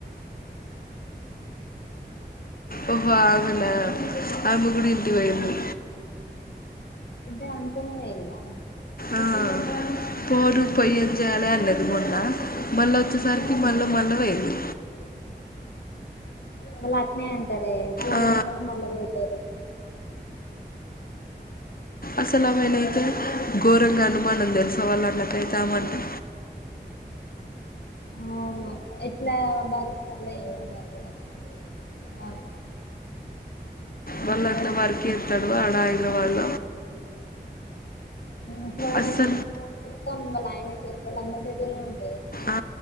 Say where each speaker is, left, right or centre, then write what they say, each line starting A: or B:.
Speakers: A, on the left; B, on the left.
A: ఓహో అవునా ఆయామ్మ కూడ ఇంటికి పోయింది
B: ఇద్దరు అనుకునే లేరుగా
A: ఆ పోరు పొయ్యె చేయాలే అన్నది మోన్న మళ్ళా వచ్చేసరికి మళ్ళా మళ్ళ పొయింది
B: మళ్ళా అట్నే అంటారే పోను
A: ఆ,
B: అంటారు మళ్ళా పోతారు
A: అసలుమైనాయితే
B: వాళ్ళకి
A: గోరంగ అనుమానం తెలుసా వాళ్ళకు వాళ్ళకైతే అమె అంటే
B: అవును ఎట్లా భరిస్తాల్లొ ఏమో మరి <unintelligible> ఆమో
A: మళ్ళ అట్లే ఇతాడువా <unintelligible> అడా ఇడా వల్ల
B: మ్మ్ ఫోన్
A: అస్సలు
B: అన్ని ఫోన్ మొత్తం వాళ్ళ ఆయన వాళ్ళ అన్న చేతుల్లోనే ఉంట
A: ఆ